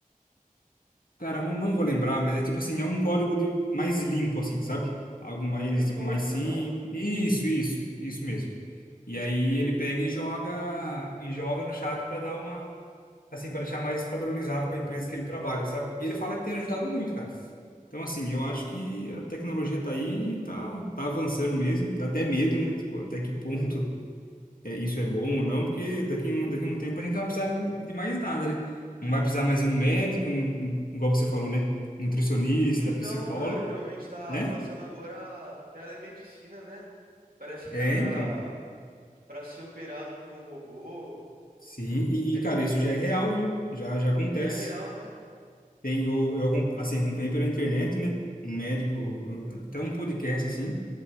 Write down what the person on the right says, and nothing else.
Clean
Code,
não é não?
Então,
cara, realmente tá
avançando agora a telemedicina, né? Parece que
dá pra,
pra ser operado por um robô.
É,
já é real, né?